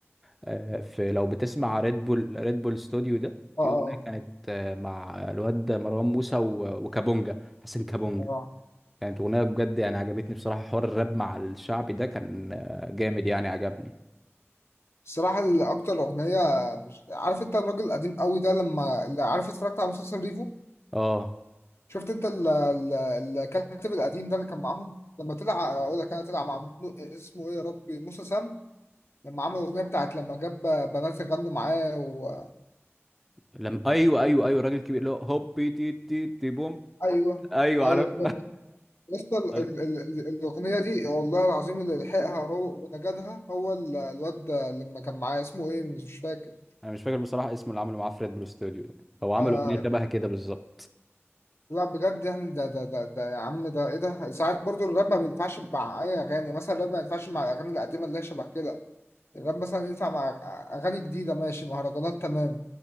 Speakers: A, in the centre; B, on the left (about 60°).
A: آه، في لو بتسمع ريد بول ريد بول ستوديو ده
B: اه
A: في اغنيه
B: اه
A: كانت آه، مع الواد مروان موسى و- وكابونجا حسن كابونجا
B: اه
A: كانت اغنيه بجد يعني عجبتني بصراحه حوار الراب مع الشعبي ده كان آه، جامد يعني عجبني
B: الصراحه اللي اكتر اغنيه مش... عارف انت الراجل القديم قوي ده لما اللي عارف اتفرجت على مسلسل ريفو
A: اه
B: شفت انت ال- ال- الكاتب القديم ده اللي كان معاهم لما طلع اقول لك انا طلع مع م- اسمه ايه يا ربي موسى سام لما عمل الاغنيه بتاعت لما جاب بنات يغنوا معاه و...
A: لم ايوه ايوه ايوه الراجل الكبير اللي هو هوبي تي تي تي بوم
B: ايوه
A: ايوه
B: ايوه
A: عارف
B: هو ده. لسه ال-
A: <laughs> عارف
B: ال- ال- ال- الاغنيه دي والله العظيم اللي لحقها هو ونجدها هو ال- الواد ده لما كان معاه اسمه ايه مش فاكر
A: انا مش فاكر بصراحه اسمه اللي عمله معاه في ريد بول ستوديو ده هو عمل
B: آه
A: اغنيه شبه كده بالظبط
B: لا بجد يعني ده ده ده, ده يا عم ده ايه ده ساعات برضو الراب ما بينفعش مع اي اغاني مثلا الراب ما ينفعش مع الاغاني القديمه اللي هي شبه كده الراب مثلا ينفع مع اغاني جديده ماشي مهرجانات تمام